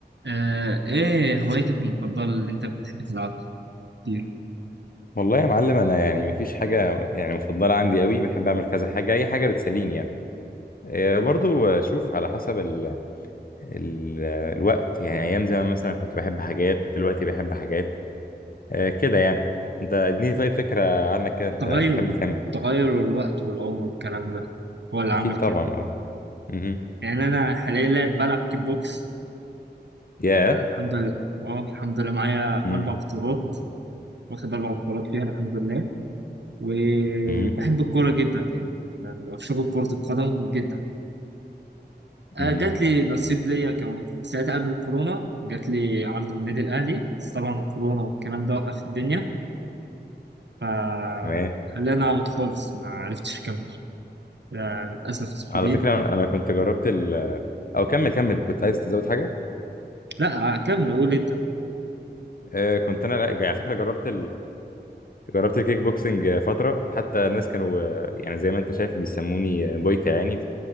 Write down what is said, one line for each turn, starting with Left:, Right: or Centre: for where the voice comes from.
Right: آه، ايه هوايتك المفضلة اللي انت بتحب تلعبها كتير
Left: والله يا معلم انا يعني مفيش حاجه يعني مفضله عندي قوي بحب اعمل كذا حاجه اي حاجه بتسليني يعني إيه، برضو شوف على حسب ال ال الوقت يعني ايام زمان مثلا كنت بحب حاجات دلوقتي بحب حاجات إيه، كده يعني انت اديني طيب فكره عنك كده انت
Right: تغير
Left: بتحب تعمل ايه
Right: تغير الوقت والعمر والكلام ده هو اللي
Left: اكيد
Right: عمل كده
Left: طبعا اه امم
Right: يعني انا حاليا لاعب بلعب كيك بوكس
Left: يا
Right: آه الحمد لله اه الحمد لله معايا
Left: امم
Right: اربع بطولات واخد اربع بطولات فيها الحمد لله وبحب
Left: امم
Right: الكورة جدا يعني انا بشوف كرة القدم جدا آه
Left: امم
Right: جات لي نصيب ليا كان ساعتها قبل الكورونا جات لي عرض من النادي الاهلي بس طبعا الكورونا والكلام ده وقف الدنيا فخلينا
Left: تمام
Right: أقعد خالص ما عرفتش أكمل لا، للأسف الشديد
Left: على فكره انا كنت جربت ال او كمل كمل كنت عايز تزود حاجه
Right: لا كمل قول أنت
Left: إيه، كنت انا لا على فكره جربت جربت الكيك بوكسنج فترة حتى الناس كانوا آه، يعني زي ما انت شايف بيسموني آه، بويكا يعني